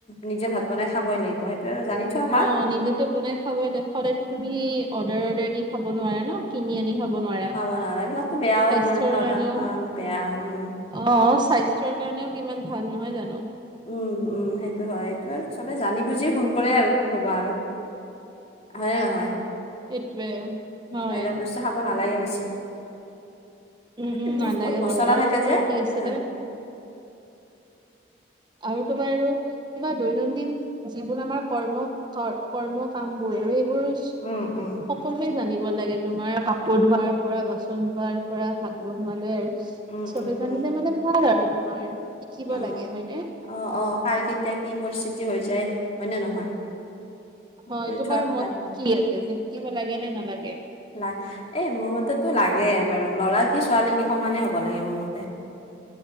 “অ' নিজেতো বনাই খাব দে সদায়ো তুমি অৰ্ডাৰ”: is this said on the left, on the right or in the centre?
Right